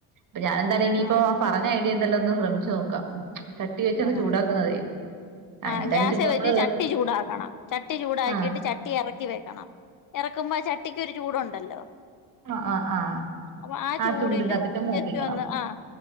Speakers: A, on the right; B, on the left.
A: അപ്പൊ ഞാൻ എന്തായാലും ഇനിയിപ്പോ
B: ഉം
A: ആ പറഞ്ഞ ഐഡിയ എന്തായാലോ ഒന്ന് ശ്രമിച്ചു നോക്കാം ചട്ടി വെച്ചന്ന്
B: ഉം
A: ചൂടാക്കുന്നതേ ആഹ്
B: ആ
A: എന്തായാലും
B: ഗ്യാസ്
A: ചുമ്മാ
B: വെച്ച്
A: നമ്മള്
B: ചട്ടി ചൂടാക്കണം ചട്ടി ചൂടാക്കിട്ട്
A: ആഹ്
B: ചട്ടി ഇറ ഇറക്കി വെക്കണം ഇറക്കുമ്പോ ചട്ടിക് ഒരു ചൂടുണ്ടല്ലോ
A: ആഹ് ആഹ് ആഹ്
B: അപ്പൊ ആ ചൂടില്
A: ചൂടിനകത്തിട്ട് മൂപ്പിക്കണം
B: ജസ്റ്റ് ഒന്ന് ആഹ്